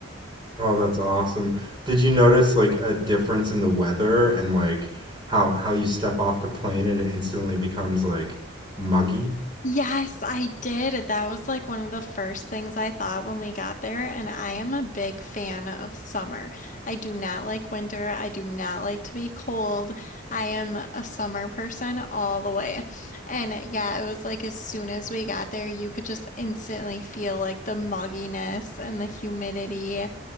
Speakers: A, on the right; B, on the left.
A: Oh, that's awesome. Did you notice like a difference in the weather and like how how you step off the plane and it instantly becomes like muggy?
B: Yes, I did. That was like one of the first things I thought when we got there. And I am a big fan of summer. I do not like winter. I do not like to be cold. I am a summer person all the way. And yeah, it was like as soon as we got there, you could just instantly feel like the mugginess and the humidity.